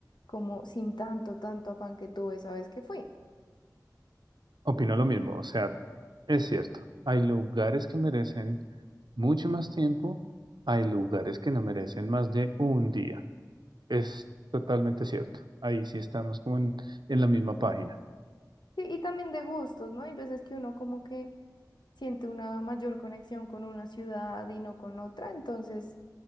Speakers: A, on the left; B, on the right.
A: como sin tanto, tanto afán que tuve, ¿sabes? Que fui.
B: Opino lo mismo, o sea, es cierto, hay lugares que merecen mucho más tiempo, hay lugares que no merecen más de un día. Es totalmente cierto. Ahí sí estamos como en en la misma página.
A: Sí, y también de gustos, ¿no? Hay veces que uno como que siento una mayor conexión con una ciudad y no con otra. Entonces,